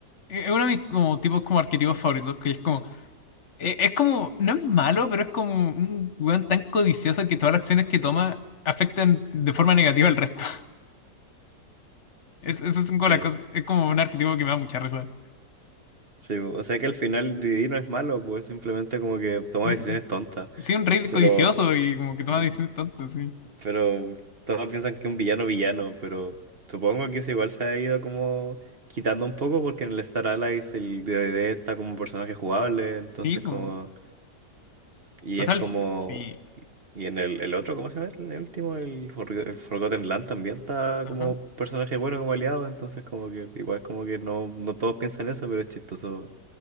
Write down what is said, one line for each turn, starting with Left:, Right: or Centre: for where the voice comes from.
Left: Eh, Es uno de mis como, tipos como arquetipos favoritos, que es como, eh, es como, no es malo, pero es como un weón tan codicioso que todas las acciones que toma afectan de forma negativa al resto. <laughs> Es, eso es como
Right: Sí.
Left: la cosa, es como un arquetipo que me da mucha risa.
Right: Sí, o sea que al final Didi no es malo, pues simplemente como que toma
Left: Un-
Right: decisiones tontas.
Left: sí, un rey
Right: Pero,
Left: codicioso y como que toma
Right: y-
Left: decisiones tontas, sí.
Right: pero todos piensan que un villano villano, pero supongo que eso igual se ha ido como quitando un poco porque en el Star Allies el DDD está como un personaje jugable, entonces
Left: Sí, po.
Right: como... Y
Left: o
Right: es
Left: sea,
Right: como...
Left: al fi- sí.
Right: Y en el, el otro, ¿cómo se llama? El último, el, For- el Forgotten Land también está
Left: Ajá.
Right: como personaje bueno, como aliado, entonces como que igual como que no, no todos piensan eso, pero es chistoso